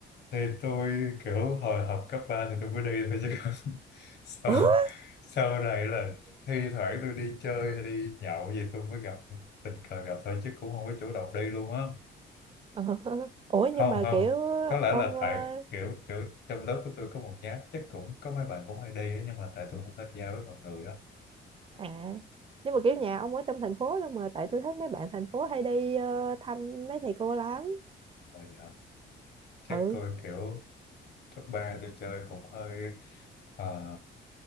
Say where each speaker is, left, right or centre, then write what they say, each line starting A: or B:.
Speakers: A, on the left; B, on the right.
A: thì tôi kiểu hồi học cấp 3 thì tôi mới đi thôi chứ còn <laughs> sau
B: ủa
A: sau này là thi thoảng tôi đi chơi hay đi nhậu gì tôi mới gặp tình cờ gặp thôi chứ cũng không có chủ động đi luôn á
B: Ờ. <laughs> ủa
A: không
B: nhưng mà
A: không
B: kiểu
A: có lẽ
B: ông
A: là
B: ờ,
A: tại kiểu kiểu trong lớp của tôi có một nhát chắc cũng có mấy bạn cũng hay đi á, nhưng mà tại tôi không tham gia với mọi người á
B: à nhưng mà kiểu nhà ông ở trong thành phố luôn mà tại tôi thấy mấy bạn thành phố hay đi ờ, thăm mấy thầy cô lắm
A: rồi dạ. chắc
B: ừ
A: tôi kiểu cấp ba tôi chơi cũng hơi ờ,